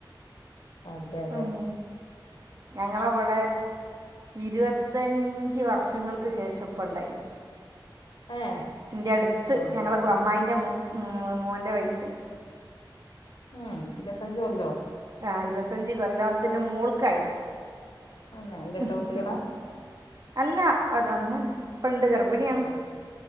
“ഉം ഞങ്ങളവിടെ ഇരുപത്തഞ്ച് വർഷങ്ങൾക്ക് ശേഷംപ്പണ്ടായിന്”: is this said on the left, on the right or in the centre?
Right